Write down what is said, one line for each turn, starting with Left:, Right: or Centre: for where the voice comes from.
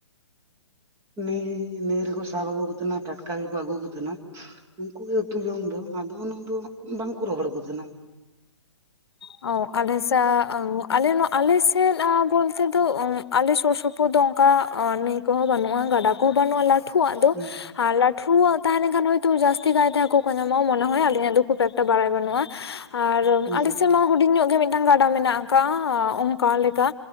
Right: ᱱᱟᱹᱭ ᱱᱟᱹᱭ ᱨᱮᱠᱚ ᱥᱟᱵ ᱟᱹᱜᱩ ᱠᱚ ᱛᱟᱦᱮᱱᱟ ᱴᱟᱴᱠᱟ ᱜᱮᱠᱚ ᱟᱹᱜᱩ ᱠᱚ ᱛᱟᱦᱮᱱᱟ ᱩᱝᱠᱩ ᱜᱮ ᱩᱛᱩ ᱡᱚᱝ ᱫᱚ ᱟᱫᱚ ᱩᱱᱟ ᱫᱚ ᱵᱟᱝᱠᱩ ᱨᱚᱦᱚᱲ ᱠᱚ ᱛᱟᱦᱮᱸᱱᱟ᱾
Left: ᱚ ᱟᱞᱮ ᱥᱮ ᱛᱟ ᱟᱞᱮ ᱱᱚᱣᱟ ᱟᱞᱮ ᱥᱮᱫ ᱮᱸ ᱵᱳᱞᱛᱮ ᱫᱚ ᱟᱞᱮ ᱥᱳᱨ ᱥᱳᱯᱳᱨ ᱫᱚ ᱚᱝᱠᱟ ᱱᱟᱹᱭ ᱠᱚᱦᱚᱸ ᱵᱟᱹᱱᱩᱜ-ᱟ ᱜᱟᱰᱟ ᱠᱚᱦᱚᱸ ᱵᱟᱹᱱᱩᱜ-ᱟ ᱞᱟᱹᱴᱷᱩᱣᱟᱜ ᱫᱚ
Right: ᱦᱩᱸ
Left: ᱟᱨ ᱞᱟᱹᱴᱷᱩᱣᱟᱜ ᱛᱟᱦᱮᱸ ᱞᱮᱱᱠᱷᱟᱱ ᱦᱳᱭᱛᱚ ᱡᱟᱹᱥᱛᱤ ᱠᱟᱭᱛᱮ ᱦᱟᱹᱠᱳ ᱠᱚ ᱧᱟᱢᱚᱜ-ᱟ, ᱢᱚᱱᱮ ᱦᱚᱸᱭ ᱟᱹᱞᱤᱧᱟᱜ ᱫᱚ ᱠᱷᱩᱵ ᱮᱠᱴᱟ ᱵᱟᱲᱟᱭ ᱵᱟᱹᱱᱩᱜ-ᱟ᱾ ᱟᱨ
Right: ᱦᱳᱭ
Left: ᱟᱞᱮᱥᱮᱫ ᱢᱟ ᱦᱩᱰᱤᱧ ᱧᱚᱜ ᱜᱮ ᱢᱤᱫᱴᱟᱝ ᱜᱟᱰᱟ ᱢᱮᱱᱟᱜ ᱟᱠᱟᱜ ᱚᱝᱠᱟ ᱞᱮᱠᱟ